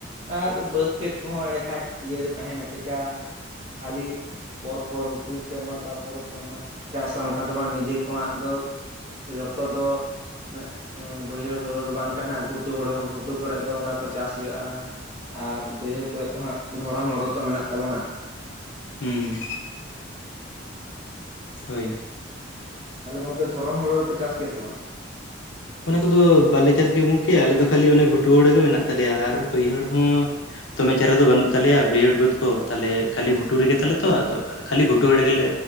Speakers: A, on the right; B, on the left.
A: ᱟᱨ ᱵᱟᱹᱫᱽ ᱠᱷᱮᱛ ᱠᱚᱦᱚᱸ ᱮᱲᱰᱮ ᱠᱷᱟᱡ ᱤᱭᱟ ᱨᱮ ᱛᱟᱦᱮᱱᱟ ᱪᱮᱠᱟ ᱠᱷᱟᱹᱞᱤ? ᱯᱚᱨ ᱯᱚᱨ ᱢᱤᱫ ᱥᱮᱨᱢᱟ ᱛᱟᱨᱯᱚᱨᱮ ᱥᱮᱨᱢᱟ ᱪᱟᱥᱟ ᱚᱱᱠᱟ ᱫᱚ ᱵᱟᱝ ᱱᱤᱡᱮ ᱠᱚ ᱦᱟᱸᱜ ᱫᱚ᱾ ᱡᱚᱛᱚ ᱫᱚ, ᱢᱮᱜ ᱵᱟᱹᱭᱦᱟᱹᱲ ᱦᱩᱲᱩ ᱫᱚ ᱵᱟᱝ ᱠᱟᱱᱟ ᱜᱷᱩᱴᱩ ᱦᱩᱲᱩ ᱦᱚᱸ ᱜᱷᱩᱴᱩ ᱠᱚᱨᱮᱫ ᱫᱚ ᱚᱱᱟ ᱠᱚ ᱪᱟᱥ ᱦᱩᱭᱩᱜᱼᱟ᱾ ᱟᱨ ᱵᱟᱹᱭᱦᱟᱹᱲ ᱠᱚᱨᱮᱫ ᱫᱚ ᱦᱟᱸᱜ ᱫᱷᱚᱨᱚᱱ ᱦᱩᱲᱩ ᱛᱚ ᱢᱮᱱᱟᱜ ᱛᱟᱵᱚᱱᱟ᱾
B: ᱦᱩᱸ, ᱦᱳᱭ᱾
A: ᱛᱟᱦᱚᱞᱮ ᱜᱚᱝᱠᱮ ᱫᱷᱚᱨᱚᱱ ᱦᱳᱲᱳ ᱫᱚᱯᱮ ᱪᱟᱥ ᱜᱮᱭᱟ ᱥᱮ ᱵᱟᱝ?
B: ᱚᱱᱟ ᱠᱚᱫᱚ ᱵᱟᱞᱮ ᱪᱟᱥ ᱜᱮᱭᱟ ᱜᱚᱝᱠᱮ ᱟᱞᱮ ᱫᱚ ᱠᱷᱟᱹᱞᱤ ᱚᱱᱮ ᱜᱷᱩᱴᱩ ᱦᱩᱲᱩ ᱜᱮ ᱢᱮᱱᱟᱜ ᱛᱟᱞᱮᱭᱟ ᱟᱨ ᱵᱟᱹᱭᱦᱟᱹᱲ ᱦᱚᱸ, ᱫᱚᱢᱮ ᱪᱮᱦᱨᱟ ᱫᱚ ᱵᱟᱹᱱᱩᱜ ᱛᱟᱞᱮᱭᱟ ᱵᱟᱹᱭᱦᱟᱹᱲ ᱵᱟᱹᱫᱽ ᱠᱚ ᱛᱟᱦᱞᱮ ᱠᱷᱟᱹᱞᱤ ᱜᱷᱩᱴᱩ ᱨᱮᱜᱮ ᱛᱟᱞᱮ ᱛᱚ ᱟᱫᱚ, ᱠᱷᱟᱹᱞᱤ ᱜᱷᱩᱴᱩ ᱨᱮ ᱜᱮᱞᱮ